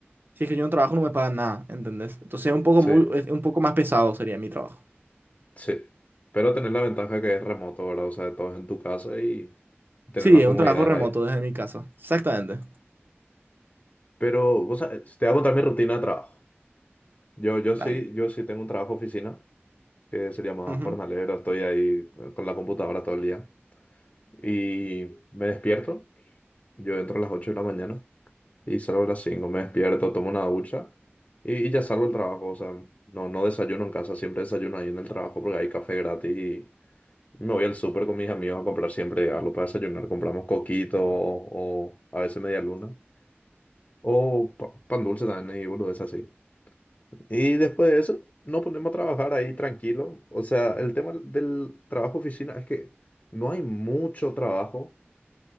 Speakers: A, on the right; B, on the left.
A: Si es que yo no trabajo, no me pagan nada, ¿entendés? Entonces es un poco
B: Sí,
A: muy, es un poco más pesado sería mi trabajo.
B: sí. Pero tenés la ventaja que es remoto, ¿verdad? O sea, todo es en tu casa y tener
A: Sí,
B: las
A: es
B: comodidades
A: un trabajo remoto
B: ahí.
A: desde mi casa. Exactamente.
B: Pero, o sea, te voy a contar mi rutina de trabajo. Yo, yo
A: Dale.
B: sí, yo sí tengo un trabajo de oficina. que sería más
A: Ujú.
B: jornalero, estoy ahí con con la computadora todo el día. Y me despierto, yo entro a las 8 de la mañana y salgo a las cinco me despierto, tomo una ducha y, y ya salgo al trabajo, o sea, no, no desayuno en casa, siempre desayuno ahí en el trabajo porque hay café gratis y me voy al súper con mis amigos a comprar siempre algo para desayunar, compramos coquito o, o a veces media luna o pa- pan dulce también y boludeces así. Y después de eso, nos ponemos a trabajar ahí tranquilo. O sea, el tema del trabajo oficina es que no hay mucho trabajo,